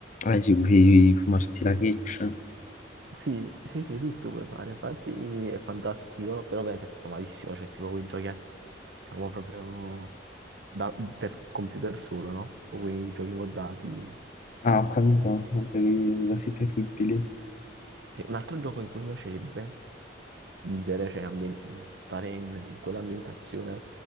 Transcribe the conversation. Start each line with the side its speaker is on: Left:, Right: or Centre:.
Left: Ah, sì, puoi fumarti la catch,
Right: Sì, sì, sì, tutto puoi fare, infatti è fantastico, però ovviamente è fatto malissimo, cioè tipo quei giochi, ar- diciamo proprio da- per computer solo, no? Tipo quei giochi moddati.
Left: Ah, ho capito, vabbè, lo siete terribili.
Right: Cioè, un altro gioco in cui mi piacerebbe vivere, cioè ambien- stare in, in quell'ambientazione,